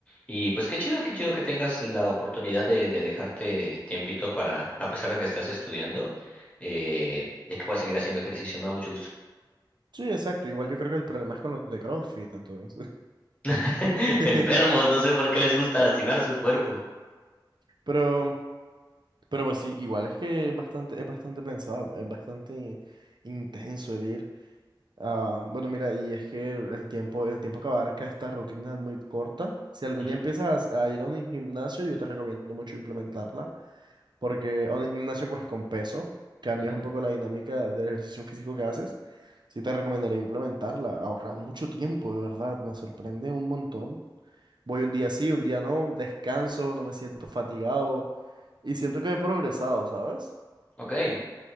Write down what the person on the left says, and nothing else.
Y pues qué chido, qué chido que tengas la oportunidad de, de dejarte tiempito para, a pesar de que estás estudiando, eh, de que puedas seguir haciendo ejercicio. Me da mucho gusto.
<laughs>
Enfermos, no sé por qué les gusta lastimar su cuerpo.
Ujú,
ujú.
Ok.